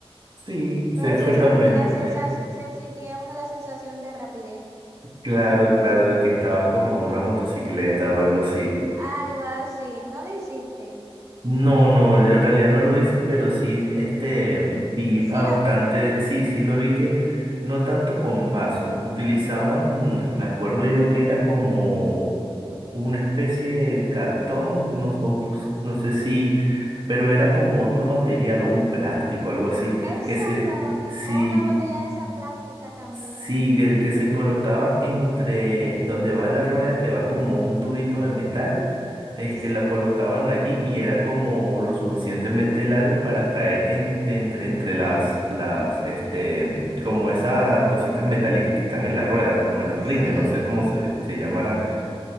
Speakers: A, on the right; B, on the right.
A: Sí, seguramente.
B: Pero se sentía la sensación, se sentía uno la sensación de rapidez.
A: Claro,
B: <laughs>
A: claro, de que estabas como en una motocicleta o algo así.
B: Algo así. ¿No lo hiciste?
A: No, no, yo en realidad no lo hice, pero sí, este, vi
B: Sí
A: a bastante,
B: lo viste.
A: sí, sí lo vi que no tanto con vaso, utilizaban, me acuerdo yo que era como una especie de cartón, no, o s-
B: Ah.
A: no sé si, pero era como otro material o un plástico, algo así,
B: Exacto,
A: que se, sí.
B: o una botella de esa plástica también.
A: Sí, que, que se colocaba entre donde va la rueda, que va como un tubito de metal, este,
B: S-
A: la colocaban allí y era como lo suficientemente largo para caer en, de entre, entre las, las, este, como esas cositas metálicas que están en la rueda, como en los
B: Sí,
A: rines, no sé cómo se, se llamarán.